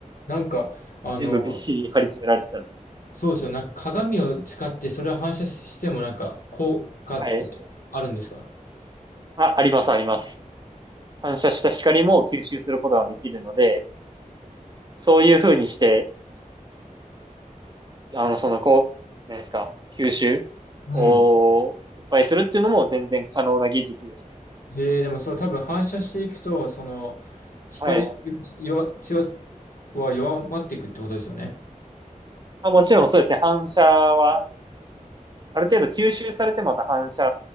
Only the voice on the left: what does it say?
なんか、あの、
そうですよ。なんか鏡を使ってそれを反射してもなんか効果ってあるんですか
うん。えー、でもそれ多分反射していくと、その、光弱、
強は弱まっていくってことですよね。